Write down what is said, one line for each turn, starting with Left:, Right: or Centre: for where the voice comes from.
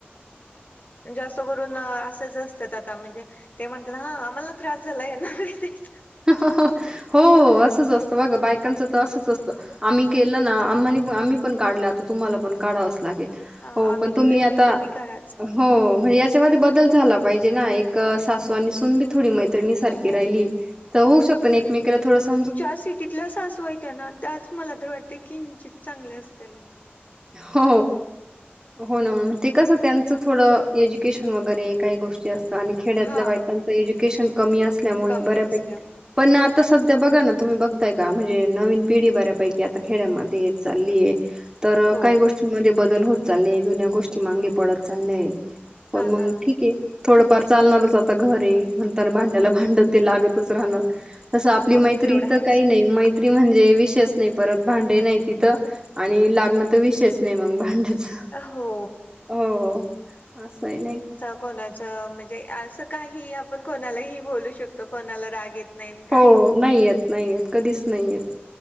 Left: जास्त करून असंच असत्यात आता म्हणजे ते म्हणतात हा आम्हाला त्रास झाला आहे यांना <unintelligible>
Right: हो असंच असत बघा बायकांचं तर असंच असतं आम्ही केलं ना आम्हाला आम्ही पण काढलं आता तुम्हाला पण काढावंच लागेल.
Left: हा
Right: हो
Left: आम्ही
Right: पण
Left: केले
Right: तुम्ही आता
Left: ते कराच
Right: हो म्हणजे याच्यामध्ये बदल झाला पाहिजे ना एक सासू आणि सून थोडी मैत्रिणीसारखी
Left: हो
Right: राहिली तर होऊ शकत न एकमेकीला थोडस
Left: ज्या सिटीतल्या सासू आहेत ना त्याच मला तर वाटतय किंचित चांगल्या असतील
Right: हो, हो ना हो ते कसं त्यांचं थोडं एज्युकेशन वगैरे एक काही गोष्टी असतात आणि खेड्यातल्या
Left: हा
Right: बायकांच एज्युकेशन कमी असल्यामुळे
Left: कमी
Right: बऱ्यापैकी
Left: असल्यामुळे
Right: पण आता सध्या बघा ना तुम्ही बघताय का म्हणजे नवीन पिढी बऱ्यापैकी आता खेड्यामध्ये चालली आहे तर
Left: हो
Right: काही गोष्टींमध्ये बदल होत चाललाय जुन्या गोष्टी मगे पडत चालल्यात पण
Left: हा ना
Right: मग ठीक आहे. थोडंफार चालणारच आता घर आहे म्हणताना भांड्याला भांड ते लागतच राहणं. तसं आपली
Left: हो
Right: मैत्री
Left: तेवढं आहेच
Right: तर काही
Left: म्हणा
Right: नाही मै म्हणजे विशेष नाही परत भांडे नाही तिथ आणि म त विषयच नाही मग भांड्याच,
Left: हो
Right: हो असं नाही का
Left: कोणाच म्हणजे असं काही आपण कोणालाही बोलू शकतो कोणाला राग येत नाही काही
Right: हो
Left: नाही
Right: नाही येत नाही येत कधीच नाही येत.